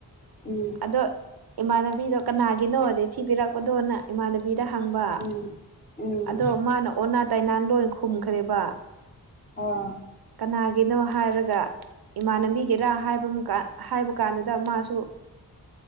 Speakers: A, on the left; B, on the right.
A: ꯎꯝ
B: ꯑꯗꯣ ꯏꯃꯥꯟꯅꯕꯤꯗꯣ ꯀꯅꯥꯒꯤꯅꯣ ꯆꯤꯊꯤ ꯄꯤꯔꯛꯄꯗꯣꯅ ꯏꯃꯥꯟꯅꯕꯤꯗ ꯍꯪꯕ
A: ꯎꯝ
B: ꯫
A: ꯎꯝ
B: ꯑꯗꯣ ꯃꯥꯅ ꯑꯣꯅꯥ ꯇꯥꯏꯅꯥ ꯂꯣꯏ ꯈꯨꯝꯈ꯭ꯔꯦꯕ
A: ꯑꯣ
B: ꯀꯅꯥꯒꯤꯅꯣ ꯍꯥꯏꯔꯒ ꯏꯃꯥ ꯅꯝꯕꯤꯒꯦꯔꯥ ꯍꯥꯏꯕ ꯍꯥꯏꯕ ꯀꯥꯟꯗꯨꯗ ꯃꯥꯁꯨ